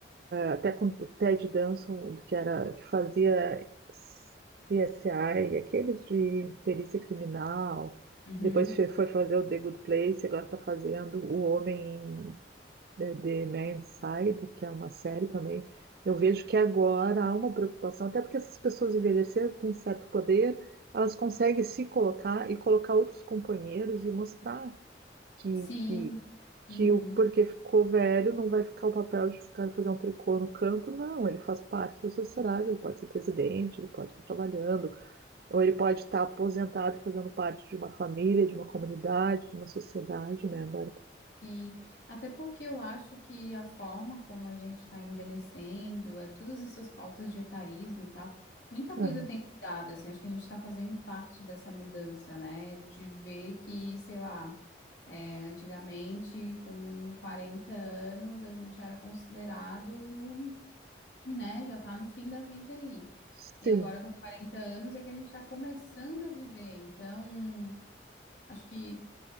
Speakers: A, on the right; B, on the left.
A: até com o Ted Danson, que era que fazia CSI, aqueles de perícia criminal.
B: Uhum.
A: Depois fe- foi fazer o The Good Place, agora está fazendo O Homem eh, The Man's Side, que é uma série também. Eu vejo que agora há uma preocupação, até porque essas pessoas envelheceram, têm certo poder, elas conseguem se colocar e colocar outros companheiros e mostrar que,
B: Sim,
A: que, que
B: uhum.
A: o porque ficou velho não vai ficar o papel de ficar fazer um tricô no canto, não. Ele faz parte da sociedade, ele pode ser presidente, ele pode estar trabalhando, ou ele pode estar aposentado e fazendo parte de uma família, de uma comunidade, de uma sociedade, né, Bárbara?
B: Sim, até porque eu acho que a forma como a gente está envelhecendo, é, todas essas pautas de etarismo e tal, muita
A: Aham.
B: coisa tem mudado, assim, acho que a gente está fazendo parte dessa mudança, né? De ver que, sei lá, É, antigamente, com 40 anos, a gente era considerado, né, já tá no fim da vida aí.
A: Sim.
B: E agora, com 40 anos, é que a gente está começando a viver. Então, acho que